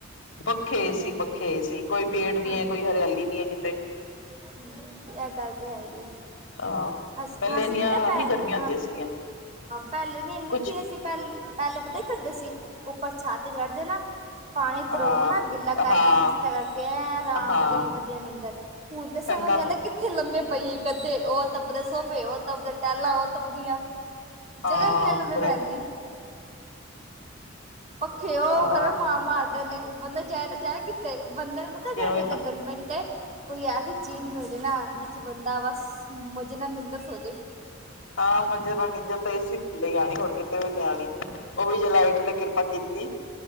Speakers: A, on the left (about 75°); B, on the right (about 35°).
A: ਪੱਖੇ
B: ਹਾਂਜੀ
A: ਸੀ
B: ਹਾਂਜੀ
A: ਪੱਖੇ ਸੀ। ਕੋਈ ਪੇੜ ਨਹੀਂ
B: ਹਾਂਜੀ
A: ਹ ਕੋਈ
B: ਹਾਂਜੀ
A: ਹਰਿਆਲੀ ਨਹੀਂ ਹੈ ਕਿਤੇ।
B: ਇਹ ਗਲ ਤਾਂ ਹੈ ਹੀ ਹ ਅ।
A: ਅਹ ਪਹਿਲੇ
B: ਅਸੀਂ।
A: ਇੰਨੀਆਂ
B: ਵੀ ਨਾ ਪੈ
A: ਨਹੀਂ ਗਰਮੀਆਂ ਹੁੰਦੀਆਂ
B: ਹਾਂ
A: ਸੀਗੀਆਂ
B: ਪਹਿਲੇ ਨੀ ਇੰਨੀ
A: ਕੁਛ
B: ਸੀ ਅਸੀਂ। ਪਹਿ ਪਹਿਲੇ ਪਤਾ ਹੀ ਕਰਦੇ ਸੀ ਉੱਪਰ ਛਾ ਤੇ ਚੜ ਜਾ ਨਾ ਪਾਣੀ ਤਰੋਕ।
A: ਹਾਂ
B: ਉਹਨਾਂ ਗਿੱਲਾ ਕਰਕੇ
A: ਹਾਂ
B: ਬਿਸਤਰ ਕਰਕੇ ਰਾਮ
A: ਹਾਂ
B: ਨਾਲ ਵਧੀਆ ਨਿੰਦਰ ਹੁਣ ਤਾਂ ਸਮਾਂ
A: ਠੰਡਾ
B: ਨਹੀਂ ਆਉਂਦਾ। ਕਿੱਥੇ ਲੰਮੇ ਪਈਏ ਗੱਦੇ ਉਹ ਤਪਦੇ ਸੋਫੇ ਉਹ ਤਪਦੇ ਟੈਲਾਂ ਉਹ ਤਪਦੀਆਂ।
A: ਹਾਂ
B: ਜਗਹਾ ਹੀ ਹੈ ਨਹੀਂ ਲੰਮੇ
A: ਪੂਰਾ
B: ਪੈਣ ਦੀ। ਪੱਖੇ। ਉਹ
A: ਹਾਂ
B: ਗਰਮ ਮਾਰਦੇ ਨੇ। ਬੰਦਾ ਜਾਏ ਤਾਂ ਜਾ ਕਿੱਥੇ ਬੰਦੇ ਪਤਾ
A: ਕਿ
B: ਸਾਨੂੰ
A: ਹੋਈ
B: ਤਾਂ ਗਰਮੀ ਤੇ। ਕੋਈ ਐਸੀ ਚੀਜ਼
A: ਹਾਂ
B: ਮਿਲ ਜਾ ਨਾ ਜਿਸ ਬੰਦਾ ਬਸ ਮਜ਼ੇ ਨਾਲ ਨਿੰਦਰ ਸੌ ਜੇ।
A: ਮੈਂ ਆਪ ਥੱਲੇ ਲੰਮੇ ਪਈ ਸੀਗੀ। ਕਿਥੇ ਵੀ ਨਹੀਂ ਆ ਰਹੀ ਉਹ ਵੀ ਜੇ ਲਾਈਟ ਨੇ ਕਿਰਪਾ ਕੀਤੀ।